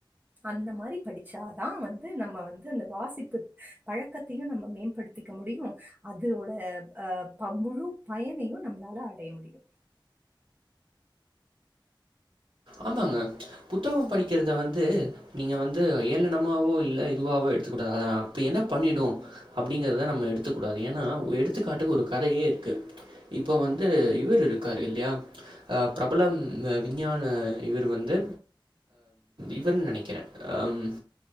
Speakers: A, on the right; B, on the right.
A: அந்த மாரி படிச்சாதான் வந்து நம்ம வந்து அந்த வாசிப்பு பழக்கத்தையும் நம்ம மேம்படுத்திக்க முடியும் அதோட அஹ் முழு பயனையும் நம்மளால அடைய முடியும்
B: ஆமாங்க புத்தகம் படிக்கிறத வந்து நீங்க வந்து ஏளனமாவோ இல்ல இதுவாவோ எடுத்துக்கூடாது அத அப்ப என்ன பண்ணிடும் அப்படிங்கறத நம்ம எடுத்துக்க கூடாது ஏன்னா எடுத்துக்காட்டுக்கு ஒரு கதையே இருக்கு இப்போ வந்து இவர் இருக்காரு இல்லையாஹ் பிரபலம் விஞ்ஞான ஆஹ் இவரு வந்து இவரு நினைக்கிற ஆஹ்